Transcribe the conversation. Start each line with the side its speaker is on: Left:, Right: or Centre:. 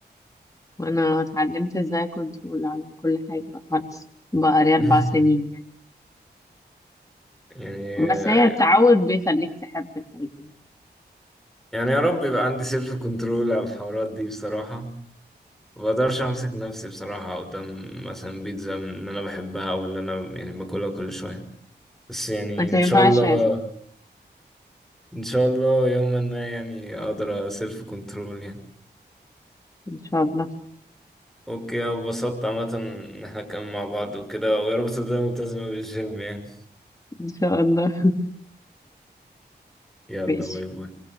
Left: وانا اتعلمت ازاي كنترول على كل حاجة بقى خلاص بقى لي اربع
Centre: <laughs>
Left: سنين يعني
Centre: يعني
Left: بس هي التعود بيخليك تحب الحاجة
Centre: يعني يا رب يبقى عندي سيلف كنترول على الحوارات دي بصراحة ما بقدرش أمسك نفسي بصراحة قدام مثلا بيتزا إن أنا بحبها أو اللي أنا يعني باكلها كل شوية بس يعني
Left: انت
Centre: إن
Left: ما ينفعش
Centre: شاء الله
Left: يا ستة
Centre: ان شاء الله يوما ما يعني اقدر سيلف كنترول يعني
Left: ان شاء الله
Centre: اوكي انا اتبسطت عامه ان احنا كنا مع بعض وكده ويا رب تفضل ملتزمة بالجيم يعني
Left: ان شاء الله
Centre: يلا
Left: ماشي
Centre: باي باي